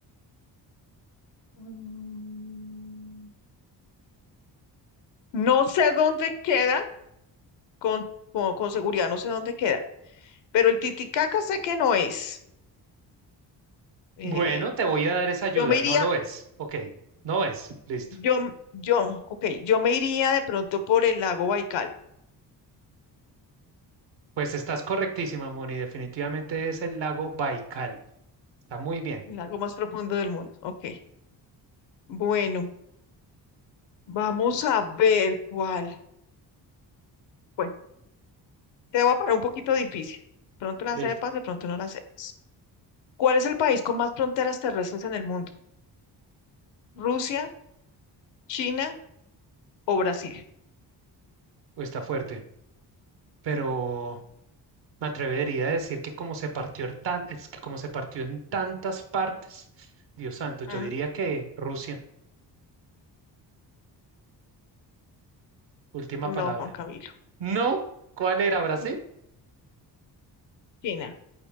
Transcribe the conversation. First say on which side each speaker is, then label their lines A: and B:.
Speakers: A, on the left (about 85°); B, on the right (about 80°).
A: Mm, No sé dónde queda, con, con, con seguridad no sé dónde queda, pero el Titicaca sé que no es. Eh,
B: Bueno, te voy a dar esa ayuda,
A: yo me iría,
B: no lo es. Ok, no es, listo.
A: yo, yo, ok, yo me iría de pronto por el lago Baikal,
B: Pues estás correctísima, Moni, definitivamente es el lago Baikal. Está muy bien,
A: el lago más profundo del mundo. Ok, bueno. Vamos a ver cuál. Bueno, te voy a poner un poquito difícil. De pronto la
B: listo.
A: sepas, de pronto no la sepas. ¿Cuál es el país con más fronteras terrestres en el mundo? ¿Rusia, China o Brasil?
B: Uy, Está fuerte, pero Me atrevería a decir que como se partió en tan- es que como se partió en tantas partes, Dios santo, yo
A: Ujú.
B: diría que Rusia, última
A: No,
B: palabra.
A: Juan Camilo.
B: No, ¿cuál era Brasil?
A: No. China,